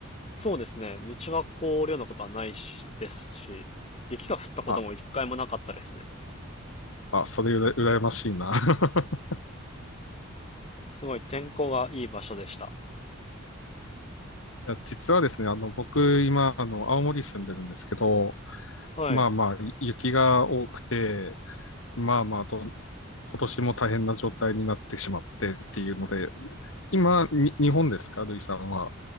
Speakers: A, on the left; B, on the left.
A: そうですね。道が凍るようなことはないしですし、雪が降ったことも一回もなかったですね。
B: <laughs> あ、あ、それうら羨ましいな。<laughs>
A: すごい天候がいい場所でした。
B: いや実はですね、あの、僕、今、あの、青森住んでるんですけど、
A: はい。
B: まあまあ、雪が多くて、まあまあと、今年も大変な状態になってしまってっていうので、今、に日本ですか、ルイさんは。